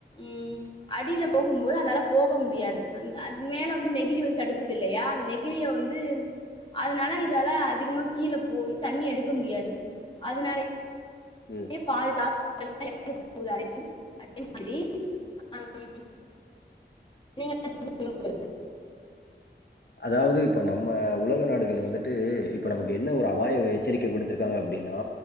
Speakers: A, on the left; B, on the left.
A: ம் அடில போகும்போது அதால போக முடியாது அந்த அது மேல வந்து நெகிழி வந்து தடுக்குது இல்லையா நெகிலிய வந்து அதுனால இதால்ல அதிகமா கீழ போயி தண்ணி எடுக்க முடியாது அதுனாலிப்
B: ம்.
A: நறைய பால் தா <unintelligible> <unintelligible> அதே மாதிரி ஆம் <unintelligible>
B: அதாவது இப்ப நம்ம உலக நாடுகள் வந்துட்டு இப்ப நமக்கு என்ன ஒரு அபாய எச்சரிக்கை விடுத்திருக்காங்க அப்டின்னா